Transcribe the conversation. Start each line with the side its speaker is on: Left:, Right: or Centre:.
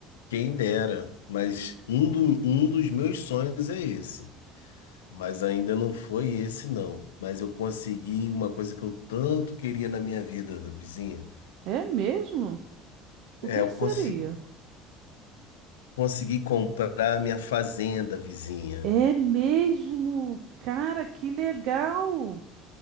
Left: Quem dera, mas um, do- um dos meus sonhos é esse. Mas ainda não foi esse, não. Mas eu consegui uma coisa que eu tanto queria na minha vida, vizinha.
Right: É mesmo?
Left: É,
Right: O que
Left: eu
Right: é que seria?
Left: consegui, consegui comprar minha fazenda, vizinha
Right: É mesmo? Cara, que legal!